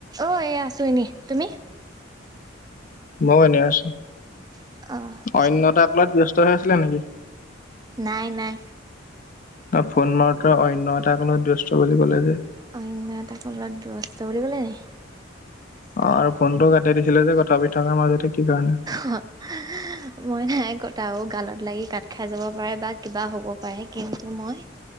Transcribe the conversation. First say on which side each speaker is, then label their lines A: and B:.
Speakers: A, on the right; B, on the left.
A: অ', এইয়া আছো এনেই, তুমি?
B: ময়ো, এনে আছো।
A: অ',।
B: অন্য এটা কলত ব্যস্ত হৈ আছিলা নেকি?
A: নাই, নাই।
B: অ',। ফোন মাৰোতে অন্য এটা কলত ব্যস্ত বুলি ক'লে যে।
A: অন্য এটা কলত ব্যস্ত বুলি ক'লে নেকি?
B: অ', আৰু ফোনটো কাটি দিছিলা যে কথা পাতি থকাৰ মাজতে কি কাৰণে?
A: <unintelligible> মই নাই কটা অ',। গালত লাগি কাট খাই যাব পাৰে বা কিবা হ'ব পাৰে। কিন্তু, মই,